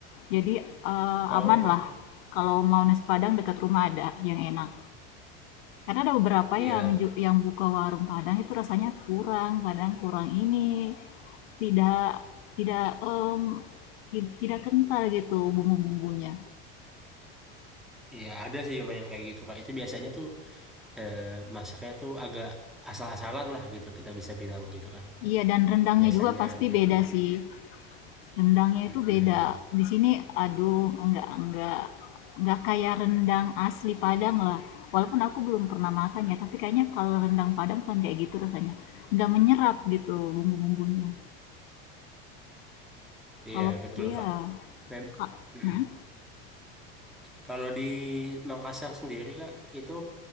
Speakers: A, on the left; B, in the centre.
A: Jadi, uh,
B: Oh
A: aman lah kalau mau nasi Padang dekat rumah ada yang enak. Karena ada beberapa
B: iya
A: yang ju yang buka warung Padang itu rasanya kurang, kadang kurang ini, tidak tidak, mmm, ti tidak kental gitu bumbu-bumbunya.
B: iya ada sih memang yang kayak gitu Kak. Itu biasanya tuh eh, masaknya tuh agak asal-asalan lah gitu kita bisa bilang gitu kan.
A: Iya dan rendangnya
B: biasanya
A: juga pasti
B: gitu.
A: beda sih. Rendangnya
B: Mm-mm.
A: itu beda. Di sini aduh enggak enggak enggak kayak rendang asli Padang lah. Walaupun aku belum pernah makan ya, tapi kayaknya kalau rendang Padang kan kayak gitu rasanya. Enggak menyerap gitu bumbu-bumbunya.
B: Iya,
A: Kalau
B: betul,
A: iya,
B: Kak. Mem
A: Kak,
B: Mm-mm.
A: hmm?
B: Kalau di Makassar sendiri, Kak, itu